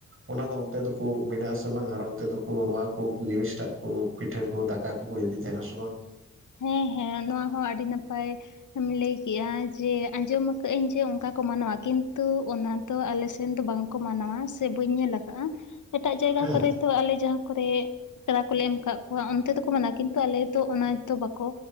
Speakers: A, on the right (about 45°); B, on the left (about 75°).
A: ᱚᱱᱟ ᱫᱚ ᱚᱱᱛᱮ ᱫᱚᱠᱚ ᱢᱮᱱᱟᱜ-ᱟ ᱥᱮ ᱵᱟᱝ ᱟᱨ ᱚᱱᱛᱮ ᱫᱚᱠᱚ ᱱᱚᱣᱟ ᱠᱚ ᱡᱤᱱᱤᱥᱴᱟᱜ ᱠᱩ ᱯᱤᱴᱟᱹ ᱠᱩ ᱫᱟᱠᱟ ᱠᱩᱠᱩ ᱤᱫᱤᱭ ᱛᱟᱦᱮᱸᱱᱟ ᱥᱮ ᱵᱟᱝ?
B: ᱦᱮᱸ ᱦᱮᱸ ᱱᱚᱣᱟ ᱦᱚᱸ ᱟᱹᱰᱤ ᱱᱟᱯᱟᱭ ᱮᱢ ᱞᱟᱹᱭ ᱠᱮᱜ-ᱟ ᱡᱮ ᱟᱸᱡᱚᱢ ᱠᱟᱫᱟᱹᱧ ᱡᱮ ᱚᱱᱠᱟ ᱠᱚ ᱢᱟᱱᱟᱣᱟ, ᱠᱤᱱᱛᱩ ᱚᱱᱟ ᱛᱚ ᱟᱞᱮ ᱥᱮᱱ ᱫᱚ ᱵᱟᱝ ᱠᱚ ᱢᱟᱱᱟᱣᱟ ᱥᱮ ᱵᱟᱹᱧ ᱧᱮᱞ ᱠᱟᱜ-ᱟ, ᱮᱴᱟᱜ ᱡᱟᱭᱜᱟ
A: ᱦᱮᱸ
B: ᱠᱚᱨᱮ ᱛᱚ ᱟᱞᱮ ᱡᱟᱦᱟᱸ ᱠᱚᱨᱮᱜ ᱯᱮᱲᱟ ᱠᱚᱞᱮ ᱮᱢ ᱠᱟᱜ ᱠᱚᱣᱟ ᱚᱱᱛᱮ ᱫᱚᱠᱚ ᱢᱟᱱᱟᱣᱟ ᱠᱤᱱᱛᱩ ᱟᱞᱮ ᱫᱚ ᱚᱱᱟ ᱛᱚ ᱵᱟᱠᱚ